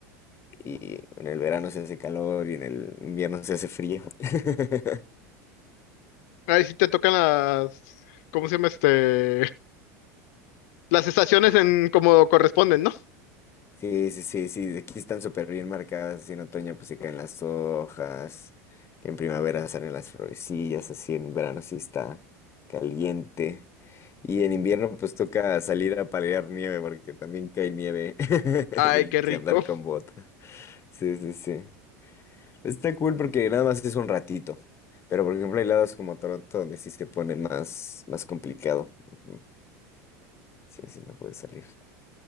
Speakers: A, on the left (about 30°); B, on the left (about 65°).
A: y en el verano se hace calor y en el invierno se hace frío. <laughs>
B: Ahí sí te tocan las, ¿cómo se llama este? Las estaciones en como corresponden, ¿no?
A: Sí, sí, sí, sí, aquí están súper bien marcadas, así en otoño pues se caen las hojas, que en primavera salen las florecillas, así en verano sí está caliente. Y en invierno pues toca salir a palear nieve porque también cae nieve <laughs>
B: Ay,
A: y hay
B: qué
A: que
B: rico.
A: andar con bota. Sí, sí, sí. Está cool porque nada más es un ratito, pero por ejemplo hay lados como Toronto donde sí se pone más, más complicado. Ujú. Sí, sí, no puedes salir.